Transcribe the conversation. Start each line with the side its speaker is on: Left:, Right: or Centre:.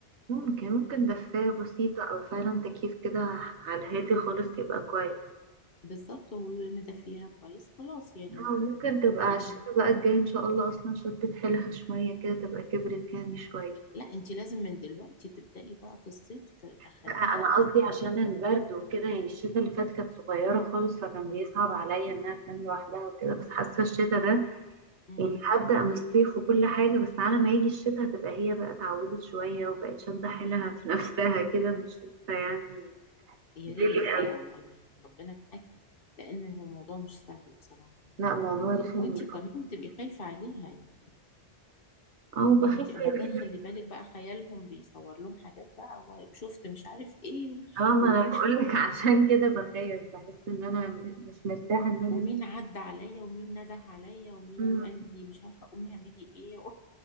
Right: ممكن ممكن دفاية بسيطة أو فعلا تكييف كده على الهادي خالص يبقى كويس
Left: بالظبط ومدفيها كويس خلاص يعني ما
Right: أو
Left: ب...
Right: ممكن تبقى على
Left: يعني
Right: الشتا بقى الجاي إن شاء الله أصلا شدت حيلها شوية كده تبقى كبرت يعني شوية
Left: لا انت لازم من دلوقتي تبدأي بقى في الصيف ت- تخليها
Right: لا انا
Left: في أوضتها
Right: قصدي عشان البرد وكده يعني الشتا اللي فات كانت صغيره خالص فكان بيصعب عليا انها تنام لوحدها وكده بس حاسه الشتا ده
Left: مم.
Right: يعني هبدا من الصيف وكل حاجه بس على ما يجي الشتا هتبقى هي بقى اتعودت شويه وبقت شاده حيلها في <laughs> نفسها كده مش لسه يعني
Left: يا
Right: ديلي
Left: ريت اه
Right: قوي
Left: والله يعني ربنا معاك لأن هو موضوع مش سهل بصراحة يعني.
Right: لا موضوع رخم
Left: وانتي كمان بتبقي خايفة عليها يعني
Right: اه وبخاف
Left: انتي وبعدين
Right: يعني-
Left: خلي بالك بقى خيالهم بيصور لهم حاجات بقى و- وشفت مش عارف ايه و-
Right: اه ما
Left: ومين
Right: انا بقول لك <laughs> عشان كده بخاف بحس ان انا م- مش مرتاحه
Left: <laughs>
Right: ان انا
Left: ومين عدى عليا ومين نده عليا ومين
Right: مم.
Left: قال لي مش عارفة قومي اعملي ايه و...